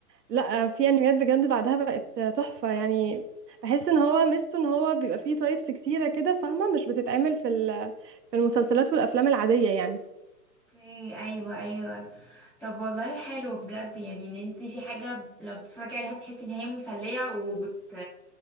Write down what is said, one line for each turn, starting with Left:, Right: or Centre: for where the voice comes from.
Right: لا في انميات بجد بعدها بقت تحفه يعني بحس ان هو ميزته ان هو بيبقى فيه تايبس كتيره كده فاهمه مش بتتعمل في ال- في المسلسلات والافلام العاديه يعني
Centre: اوكي ايوه ايوه طب والله حلو بجد يعني ان انت في حاجه ب- لو بتتفرجي عليها بتحسي ان هي مسليه وبت